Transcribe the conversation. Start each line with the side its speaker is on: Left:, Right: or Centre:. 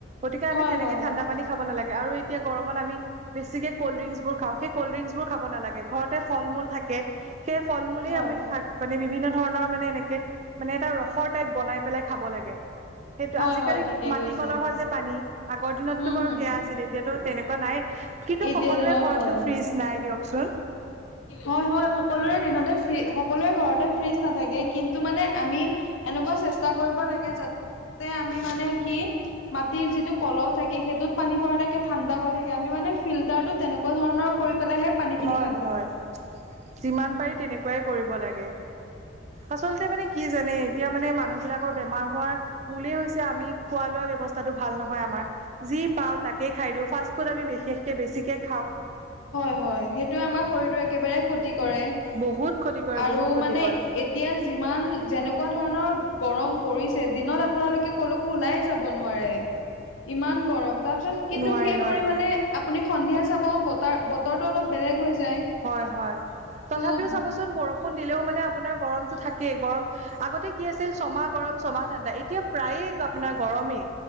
Right: গতিকে আমি
Left: হয়
Right: তেনেকে
Left: হয়
Right: ঠাণ্ডা খাব নালাগে আৰু এতিয়া গৰমত আমি বেছিকে কল্ড্ৰিংছ বোৰ খাওঁ, সেই কল্ডিংছ খাব নালাগে, ঘৰতে ফল মূল থাকে সেই ফল মূলেই
Left: হয়
Right: আমি খাক মানে বিভিন্ন ধৰণৰ মানে এনেকে মানে এটা ৰসৰ টাইপ বনাই পেলাই খাব লাগে। সেইটো
Left: হয়
Right: আজিকালি
Left: হয় ঠিকেই
Right: মাটি
Left: কৈছে
Right: কলহৰ যে পানী আগৰ দিনতটো
Left: হম
Right: বাৰু
Left: হম
Right: সেয়া আছিলে। সিহঁতৰ তেনেকুৱা নাই কিন্তু
Left: এতিয়া
Right: সকলোৰে
Left: দিনত
Right: ঘৰতটো
Left: হয়
Right: ফ্ৰিজ
Left: হয়
Right: নাই দিয়কচোন।
Left: হয় হয় সকলোৰে দিনতে ফি সকলোৰে ঘৰতে ফ্ৰিজ নাথাকে কিন্তু মানে আমি এনেকুৱা চেষ্টা কৰিব লাগে যাতে আমি মানে কি মা তিৰ যিটো কলহ থাকে সেইটোত পানী ভৰালৈকে ঠাণ্ডা হৈ থাকে, আমি মানে ফিল্টাৰটো তেনেকুৱা ধৰণৰ কৰি পেলাইহে পানীখিনি
Right: হয় হয় যিমান পাৰি তেনেকুৱাই কৰিব লাগে। আচলতে মানে কি জানে এতিয়া মানে মানুহ বিলাকৰ বেমাৰ হোৱাৰ মোলেই হৈছে আমি খোৱা লোৱা ব্যৱস্থাটো ভাল নহয় আমাৰ যি পাওঁ তাকেই খাই দিওঁ, ফাষ্টফুড আমি বিশেষকৈ বেছিকৈ খাওঁ।
Left: হয় হয় সেইটো আমাৰ শৰীৰটো একেবাৰে ক্ষতি কৰে
Right: বহুত ক্ষতি কৰে
Left: আৰু
Right: বহুত ক্ষতি
Left: মানে
Right: কৰে
Left: এ তিয়া যিমান যেনেকুৱা ধৰণৰ গৰম পৰিছে দিনত আপোনালোকে কলো কো ওলাই যাব নোৱাৰে ইমান গৰম, তাৰ পিছত কিন্তু
Right: নোৱাৰি
Left: সেই
Right: নোৱাৰি
Left: পৰিমাণে আপুনি সন্ধিয়া চাব বতাৰ বতৰটো অলপ বেলেগ হৈ যায়।
Right: হয় হয় তথাপিও
Left: ত'
Right: চাবচোন বৰ ষূণ দিলেও মানে আপোনাৰ গৰমতটো থাকেই গৰম, আগতে কি আছিল ছমাহ গৰম ছমাহ ঠাণ্ডা ই এতিয়া প্ৰায়ে আপোনাৰ গৰমেই,